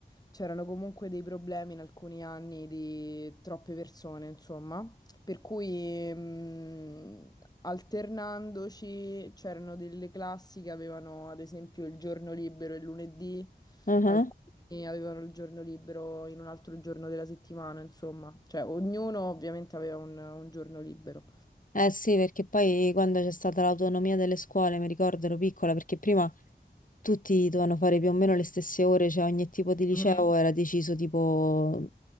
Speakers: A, on the left (about 20°); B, on the left (about 45°).
A: c'erano comunque dei problemi in alcuni anni di troppe persone, insomma. Per cui mh, alternandoci c'erano delle classi che avevano ad esempio il giorno libero il lunedì
B: mhm.
A: Alcuni avevano il giorno libero in un altro giorno della settimana, insomma. Cioè, ognuno ovviamente aveva un, un giorno libero.
B: Eh sì, perché poi quando c'è stata l'autonomia delle scuole, mi ricordo ero piccola, perché prima tutti dovevano fare più o meno le stesse ore, cioè ogni tipo di liceo
A: Mhm,
B: era deciso tipo